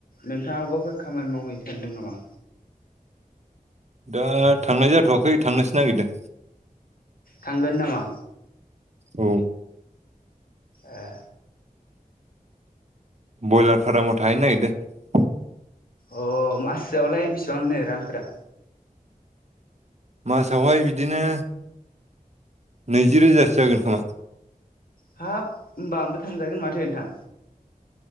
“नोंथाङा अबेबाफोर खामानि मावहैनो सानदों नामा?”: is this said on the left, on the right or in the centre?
Left